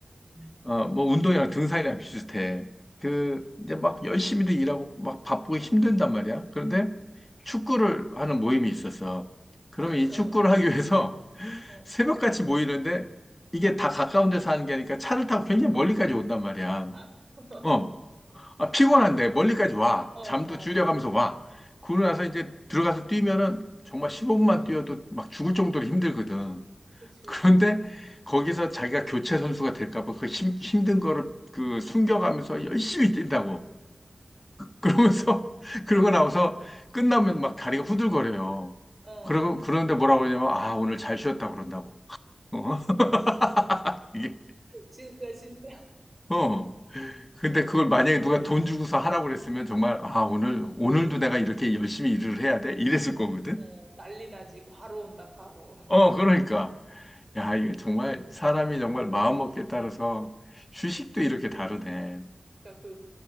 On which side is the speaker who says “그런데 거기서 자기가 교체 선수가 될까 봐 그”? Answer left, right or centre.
Left